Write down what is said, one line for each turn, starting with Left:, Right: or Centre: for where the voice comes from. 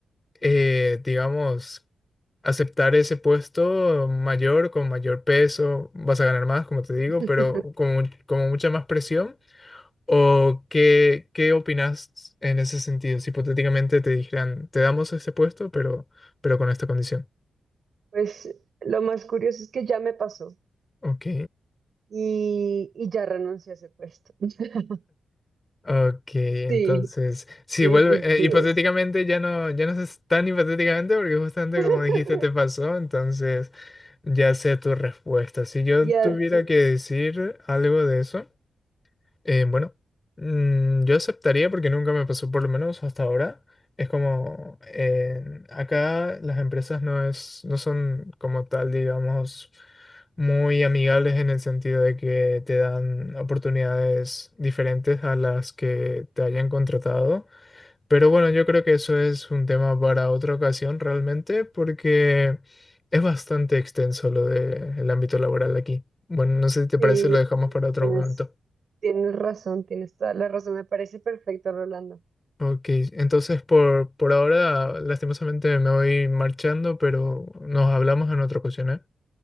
Left: eh, digamos, aceptar ese puesto mayor, con mayor peso? Vas a ganar más, como te digo,
Right: <laughs>
Left: pero con, con mucha más presión. ¿O qué, qué opinas en ese sentido? Si hipotéticamente te dijeran, te damos ese puesto, pero, pero con esta condición.
Right: Pues lo más curioso es que ya me pasó
Left: Ok,
Right: y, y ya renuncié a ese puesto. <laughs>
Left: ok, entonces,
Right: Sí,
Left: si
Right: sí,
Left: vuelve,
Right: sí, sí
Left: eh, hipotéticamente
Right: es.
Left: ya no, ya no es tan hipotéticamente porque justamente
Right: <laughs>
Left: como dijiste te pasó, entonces ya sé tu respuesta. Si yo
Right: Ya,
Left: tuviera
Right: sí,
Left: que decir algo de eso, Eh, bueno, mm, yo aceptaría porque nunca me pasó, por lo menos hasta ahora. Es como, eh, acá las empresas no es, no son como tal, digamos, muy amigables en el sentido de que te dan oportunidades diferentes a las que te hayan contratado. Pero bueno, yo creo que eso es un tema para otra ocasión realmente porque es bastante extenso lo del ámbito laboral aquí. Bueno, no sé si te
Right: sí,
Left: parece, lo dejamos
Right: sí, sí,
Left: para otro
Right: tienes,
Left: momento.
Right: tienes razón, tienes toda la razón. Me parece perfecto, Rolando.
Left: Ok, entonces por, por ahora lastimosamente me voy marchando, pero nos hablamos en otra ocasión, ¿eh?